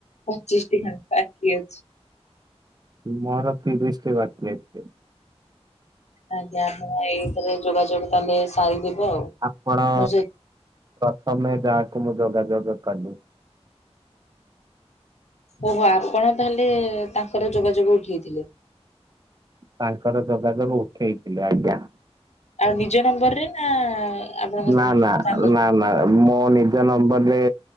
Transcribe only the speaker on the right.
ମୋର ତିରିଶି ଟି ବାକି ଅଛି।
ଆପଣ
ପ୍ରଥମେ ଯାହାକୁ ମୁଁ ଯୋଗାଯୋଗ କଲି।
ତାଙ୍କର ଯୋଗାଯୋଗ ଉଠେଇଥିଲେ ଆଜ୍ଞା।
ନା ନା
ନା ନା ମୋ ନିଜ ନମ୍ବରରେ